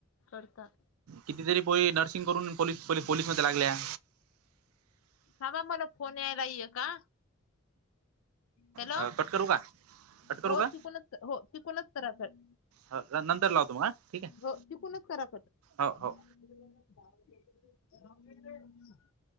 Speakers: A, on the left; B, on the right.
A: करता
B: कितीतरी पोरी नर्सिंग करून पोलीस पोलीस मध्ये लागल्या.
A: थांबा. मला फोन यायलाय एका हॅलो.
B: अ, कट करू का कट करू
A: हो
B: का
A: चुकूनच हो चुकूनच करायचाय.
B: हा नंतर लावतो म हा. ठीक आहे
A: हो तिथुनच करा कट.
B: हो
A: <unintelligible>
B: हो